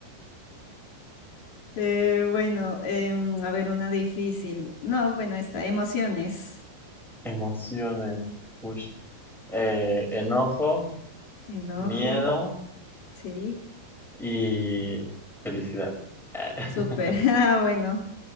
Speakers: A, on the left; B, in the centre.
A: Eh, bueno, em, a ver, una difícil. No, bueno, está, emociones.
B: Emociones. Ush. Eh, enojo,
A: Enojo,
B: miedo
A: sí,
B: y felicidad. <laughs>
A: súper. <laughs> Ah, bueno,